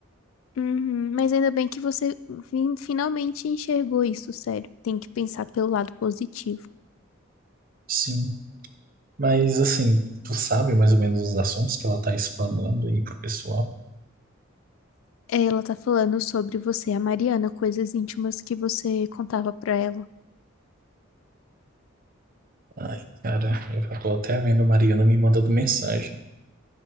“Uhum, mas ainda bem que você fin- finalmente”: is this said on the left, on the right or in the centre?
Left